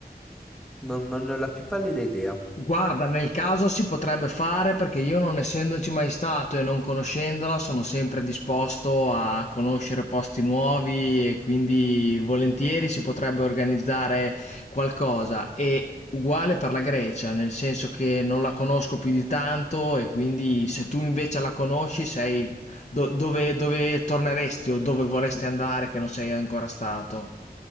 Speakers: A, in the centre; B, on the left.
A: non, non ne ho la più pallida idea.
B: Guarda nel caso si potrebbe fare perché io non essendoci mai stato e non conoscendola sono sempre disposto a conoscere posti nuovi e quindi volentieri si potrebbe organizzare qualcosa. E uguale per la Grecia, nel senso che non la conosco più di tanto e quindi se tu invece la conosci sei do- dove, dove torneresti o dove vorresti andare che non sei ancora stato?